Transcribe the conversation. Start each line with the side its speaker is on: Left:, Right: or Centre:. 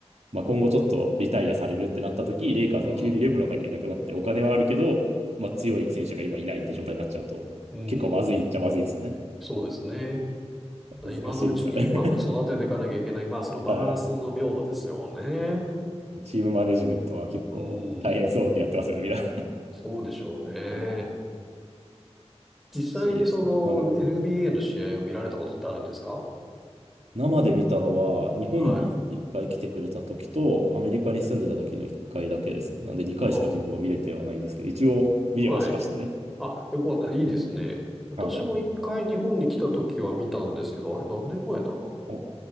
Right: まあ、今後ちょっとリタイアされるってなった時、レイカーズは急にレブロンだけいなくなって、
Centre: うん。
Right: お金はあるけど、まあ、強い選手が今いないって状態になっちゃうと、
Centre: うん。
Right: 結構まずいっちゃまずいですよね。
Centre: そうですね。
Right: 難しいですよね。
Centre: 今のうちにうまく育てていかなきゃいけない。
Right: <laughs>
Centre: まあ、そのバランスの妙ですよね。
Right: はい。チームマネジメントは結構大変そうでやってますよね、
Centre: うん。
Right: みんな。
Centre: そうでしょうね。
Right: <laughs> 難
Centre: 実際にその
Right: しいですね。はい。
Centre: NBA の試合を見られたことってあるんですか
Right: 生で見たのは、日本に一回来てくれた時と、
Centre: はい。
Right: アメリカに住んでた時の一回だけですね。なんで二回しか自分は見れてはないんですけど、
Centre: あー、
Right: 一応見れはしましたね。
Centre: はい。あ、よかった。いいですね。私も一回日本に来た時は見たんですけど、
Right: はい。
Centre: あれ何年前だ
Right: お、